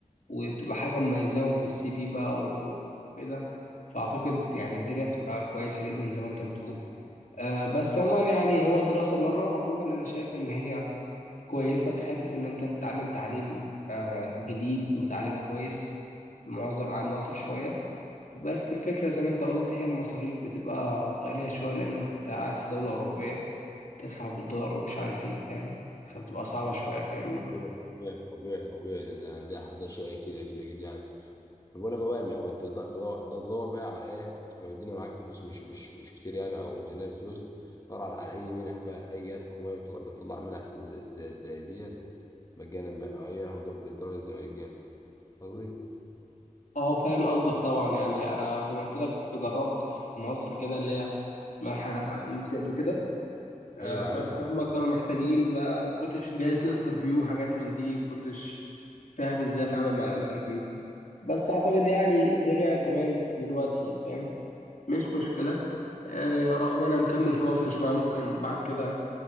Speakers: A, on the left; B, on the left.
A: وبتبقى حاجة مميزاهم في السي في بقى وكده فأعتقد يعني الدنيا بتبقى كويسة جدا زي ما أنت بتقول أه بس عموما يعني هو الدراسة بره عموما أنا شايف إن هي كويسة في حتة إن أنت بتتعلم تعليم أه جديد وتعليم كويس معظم عن مصر شوية بس الفكرة زي ما أنت قلت هي المصاريف بتبقى غالية شوية لأنك أنت قاعد في دولة أوروبية تدفع بالدولار ومش عارف إيه فاهم فبتبقى صعبة شوية فاهم
B: طبيعي طبيعي طبيعي ده ده ده, ده شيء أكيد أكيد أكيد يعني بقول لك هو بقى لو انت ده انت ده ده تدور بقى على ايه لو الدنيا معاك فلوس مش مش مش كتير يعني او ميزانيه فلوس دور على, على اي منح بقى اي جهات حكوميه بتطلع, بتطلع منح زي, زي, زي ديت مجانا بقى او اي منح بالدوله دي مجانا قصدي
A: اه فاهم قصدك طبعا يعني انا زي ما قلت لك كنت جربت في مصر كده اللي هي مرحله علي علي وسيد وكده آه
B: ايوه عارف
A: بس
B: عارف
A: هم كانوا محتاجين بقى كنتش جاهز للانترفيو حاجات من دي كنتش فاهم ازاي اتعامل مع الانترفيو بس اعتقد يعني الدنيا تمام دلوقتي فاهم مش مشكله اه آه، هو انا مكمل في مصر شويه ممكن بعد كده